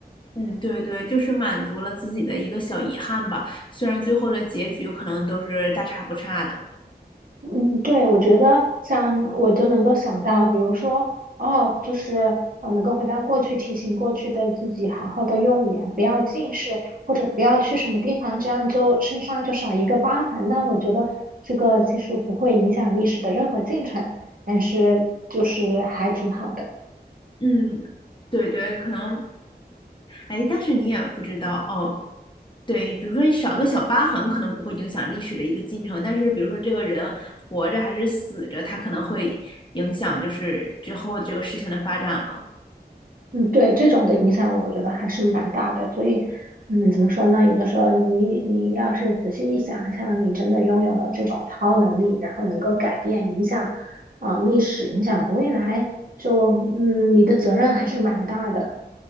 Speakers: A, on the left; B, on the right.
A: 嗯，对对，就是满足了自己的一个小遗憾吧。虽然最后的结局可能都是大差不差的，
B: 嗯，对，我觉得像我就能够想到，比如说，哦，就是呃，能够回到过去，提醒过去的自己，好好的用眼，不要近视，或者不要去什么地方，这样就身上就少一个疤痕。那我觉得这个其实不会影响历史的任何进程，但是就是还挺好的。
A: 嗯，对对，可能，哎，但是你也不知道哦。对，比如说少个小疤痕，可能不会影响历史的一个进程，但是比如说这个人活着还是死着，他可能会影响就是之后这个事情的发展了。
B: 嗯，对，这种的影响我觉得还是蛮大的，所以，嗯，怎么说呢？有的时候你你要是仔细一想，像你真的拥有了这种超能力，然后能够改变、影响，啊、历史、影响未来，就嗯，你的责任还是蛮大的。